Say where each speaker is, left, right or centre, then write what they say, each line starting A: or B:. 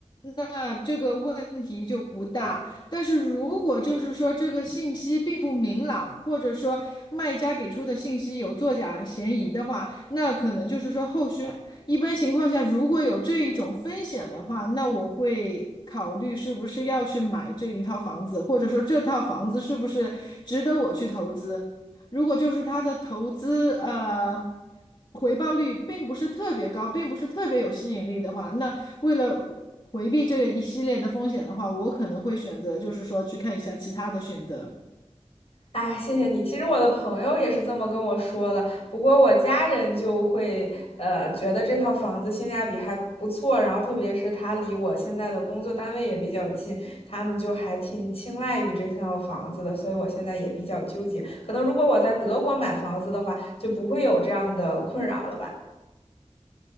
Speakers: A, on the left; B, on the left.
A: 那这个问题就不大。但是如果就是说这个信息并不明朗，或者说卖家给出的信息有作假嫌疑的话，那可能就是说后续一般情况下，如果有这一种风险的话，那我会。考虑是不是要去买这一套房子，或者说这套房子是不是值得我去投资。如果就是它的投资呃回报率并不是特别高，并不是特别有吸引力的话，那为了回避这个一系列的风险的话，我可能会选择就是说去看一下其他的选择。
B: 哎，谢谢你。其实我的朋友也是这么跟我说的，不过我家人就会呃觉得这套房子性价比还不错，然后特别是它离我现在的工作单位也比较近，他们就还挺青睐于这套房子的，所以我现在也比较纠结。可能如果我在德国买房子的话，就不会有这样的困扰了吧？